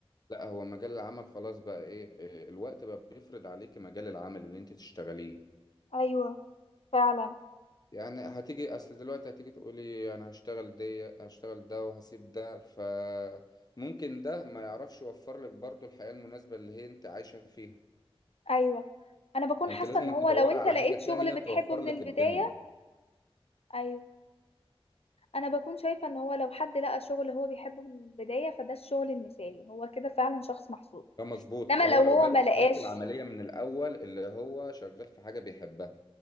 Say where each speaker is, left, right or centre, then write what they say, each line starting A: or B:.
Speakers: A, on the left (about 40°); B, on the left (about 75°).
A: لا هو مجال العمل خلاص بقى ايه إيه، الوقت بقى بيفرض عليك مجال العمل اللي انت تشتغليه
B: أيوه فعلا
A: يعني هتيجي اصل دلوقتي هتيجي تقولي انا هشتغل دي هشتغل ده وهسيب ده فممكن ده ما يعرفش يوفر لك برضو الحياة المناسبة اللي هي انت عايشة فيها
B: أيوه أنا بكون
A: فانت
B: حاسة
A: لازم
B: إن هو
A: تدوري
B: لو أنت
A: على
B: لقيت
A: حاجة
B: شغل
A: تانية
B: بتحبه
A: توفر
B: من
A: لك
B: البداية
A: الدنيا
B: أيوه أنا بكون شايفة إن هو لو حد لقى شغل هو بيحبه من البداية فده الشغل المثالي هو كده فعلا شخص محظوظ
A: ده مظبوط
B: انما
A: هو
B: لو
A: لو
B: هو
A: بدأ
B: ما لقاش
A: حياته العملية من الأول اللي هو شغال في حاجة بيحبها